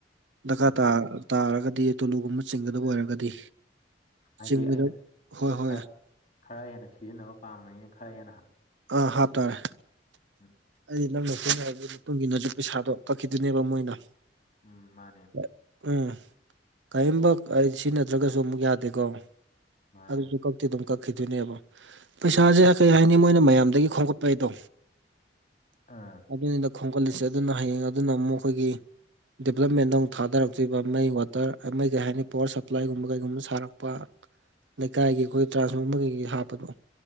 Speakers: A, on the right (about 80°); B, on the left (about 40°).
A: ꯗꯔꯀꯥꯔ
B: ꯃꯥ-
A: ꯇ ꯇꯥꯔꯒꯗꯤ ꯇꯨꯂꯨꯒꯨꯝꯕ ꯆꯤꯡꯒꯗꯕ ꯑꯣꯏꯔꯒꯗꯤ
B: ꯍꯥꯏꯗꯤ
A: ꯆꯤꯡꯒꯗꯕ
B: ꯑꯩꯅ
A: ꯍꯣꯏ ꯍꯣꯏ
B: ꯈ ꯈꯔ ꯍꯦꯟꯅ ꯁꯤꯖꯤꯟꯅꯕ ꯄꯥꯝꯕꯅꯤꯅ ꯈꯔ ꯍꯦꯟꯅ
A: ꯑ ꯍꯥꯞꯇꯣꯔꯦ
B: ꯎꯝ
A: ꯑꯩꯗꯤ ꯅꯪꯅ ꯍꯣꯠꯅꯔꯤꯕ ꯃꯇꯨꯡ ꯏꯟꯅꯁꯨ ꯄꯩꯁꯥꯗꯣ ꯀꯛꯈꯤꯗꯣꯏꯅꯦꯕ ꯃꯣꯏꯅ
B: ꯎꯝ ꯃꯥꯅꯦ
A: ꯑ ꯑꯪ ꯀꯌꯤꯝꯕꯧ ꯍꯥꯏꯗꯤ ꯁꯤꯖꯤꯟꯅ ꯗ꯭ꯔꯒꯁꯨ ꯑꯃꯨꯛ ꯌꯥꯗꯦꯀꯣ
B: ꯃꯥꯅꯦ
A: ꯑꯗꯨꯗꯨꯒ
B: ꯃꯥꯅꯦ
A: ꯇꯤ ꯑꯗꯨꯝ ꯀꯛꯈꯤꯗꯣꯏꯅꯦꯕ ꯄꯩꯁꯥꯁꯦ ꯀꯩ ꯍꯥꯏꯅꯤ ꯃꯣꯏꯅ ꯃꯌꯥꯝꯗꯒꯤ ꯈꯣꯝꯒꯠꯄ ꯍꯥꯏꯗꯣ
B: ꯑꯥ
A: ꯑꯗꯨꯅꯤꯗ ꯈꯣꯝꯒꯠꯂꯤꯁꯦ ꯑꯗꯨꯅ ꯍꯌꯦꯡ ꯑꯗꯨꯅ ꯑꯃꯨꯛ ꯑꯩꯈꯣꯏꯒꯤ ꯗꯤꯕꯂꯞꯃꯦꯟꯗ ꯑꯃꯨꯛ ꯊꯥꯗꯔꯛꯇꯣꯏꯔꯤꯕ ꯃꯩ ꯋꯥꯇꯔ ꯃꯩ ꯀꯩ ꯍꯥꯏꯅꯤ ꯄꯋꯥꯔ ꯁꯄ꯭ꯂꯥꯏꯒꯨꯝꯕ ꯀꯩꯒꯨꯝꯕ ꯁꯥꯔꯛꯄ ꯂꯩꯀꯥꯏꯒꯤ ꯑꯩꯈꯣꯏ ꯇ꯭ꯔꯥꯟꯁꯐꯣꯔꯃꯔꯒꯤ ꯍꯥꯞꯄꯗꯣ